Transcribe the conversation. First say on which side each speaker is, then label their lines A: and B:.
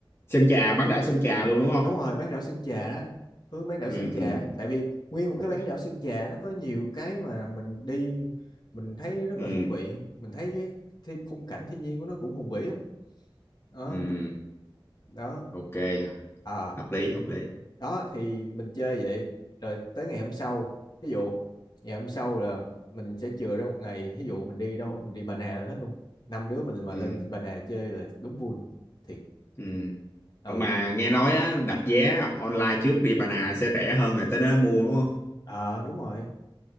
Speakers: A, on the left (about 30°); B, on the left (about 50°).
A: Sơn Trà bán đảo Sơn Trà luôn đúng không
B: đúng rồi bán đảo Sơn Trà đó hướng bán đảo
A: ừ,
B: Sơn
A: ừ.
B: Trà tại vì nguyên một
A: ok
B: cái bán đảo Sơn Trà nó có nhiều cái mà mình đi mình thấy rất
A: ừ
B: là thú vị mình thấy cái, cái khung cảnh thiên nhiên của nó cũng hùng vĩ lắm đó
A: ừ
B: đó
A: ok
B: à
A: hợp lý hợp lý
B: đó thì mình chơi vậy rồi tới ngày hôm sau ví dụ ngày hôm sau là mình sẽ chừa ra một ngày ví dụ mình đi đâu mình đi Bà Nà là hết luôn năm đứa mình mà
A: ừ
B: lên Bà Nà chơi là đúng vui thiệt
A: ừ
B: ừ
A: Ờ, mà nghe nói á, đặt vé online trước đi bà nà sẽ rẻ hơn rồi tới đó mua đúng không
B: à, đúng rồi